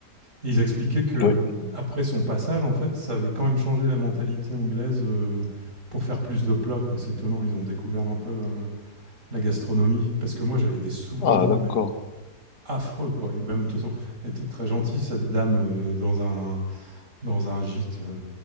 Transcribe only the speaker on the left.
Oui.
Ah, d'accord.